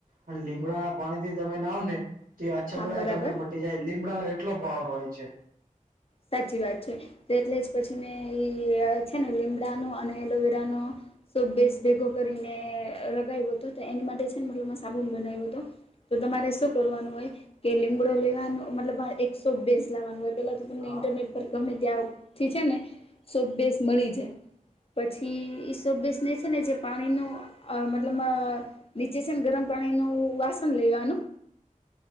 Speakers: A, on the right; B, on the left.
A: અને લીમડાના પાણી થી તમે નાહો ને તે આ છબડા
B: હા બરાબર
A: તમને મટી જાય લીમડા નો એટલો પાવર હોય છે.
B: સાચી વાત છે તો એટલે જ પછી મેં એ છે ને લીમડાનો અને એલોવેરાનો સૌ બેસ ભેગો કરીને લગાવ્યો હતો તો એની માટે છે ને મતલમાં સાબુન બનાવ્યો હતો. તો તમારે શું કરવાનું હોય કે લીમડો લેવાનું મતલબ એકસો બેસ લાવવાનું હોય પેલા તો તમને
A: હા.
B: ઇન્ટરનેટ પર ગમે ત્યાંથી છે ને સો બેસ મળી જાય. પછી એ સો બેસને છે ને જે પાણીનું આ મતલબમાં નીચે છે ને ગરમ પાણી નું વાસન લેવાનું